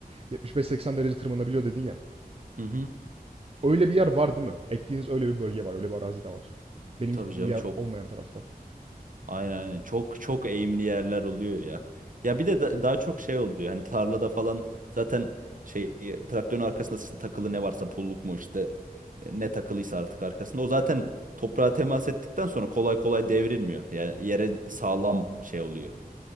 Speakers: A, on the right; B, on the right.
A: 75-80 derece tırmanabiliyor dedin ya.
B: Hı hı.
A: Öyle bir yer var değil mi? Ektiğiniz öyle bir bölge var. Öyle bir arazi de var. Benim
B: Tabii
A: gittiğim
B: canım
A: yer
B: çok.
A: olmayan tarafta.
B: Aynen aynen. Çok çok eğimli yerler oluyor ya. Ya bir de da- daha çok şey oluyor. Hani tarlada falan zaten şey traktörün arkasında s- takılı ne varsa pulluk mu işte e, ne takılıysa artık arkasında. O zaten toprağa temas ettikten sonra kolay kolay devrilmiyor. Yani yere sağlam şey oluyor.